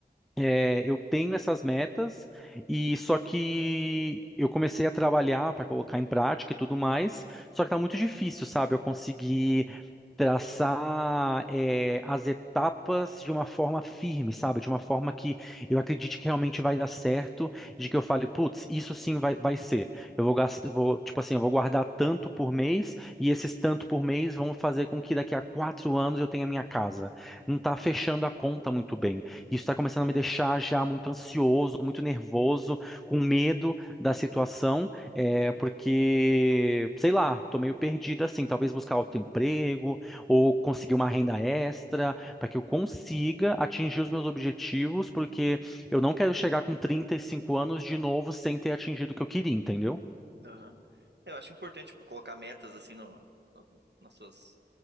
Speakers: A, in the centre; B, on the right (about 80°).
A: é, eu tenho essas metas e só que eu comecei a trabalhar para colocar em prática e tudo mais, só que tá muito difícil, sabe? Eu conseguir traçar é, as etapas de uma forma firme, sabe? De uma forma que eu acredite que realmente vai dar certo, de que eu fale, putz, isso sim vai, vai ser. Eu vou gastar, vou, tipo assim, eu vou guardar tanto por mês e esses tanto por mês vão fazer com que daqui a quatro anos eu tenha minha casa. Não tá fechando a conta muito bem. Isso está começando a me deixar já muito ansioso, muito nervoso, com medo da situação, é, porque, sei lá, tô meio perdido assim, talvez buscar outro emprego, ou conseguir uma renda extra, para que eu consiga atingir os meus objetivos, porque eu não quero chegar com 35 anos de novo sem ter atingido o que eu queria, entendeu?
B: Aham. Eu acho importante, tipo, colocar metas, assim, no, no, nas suas...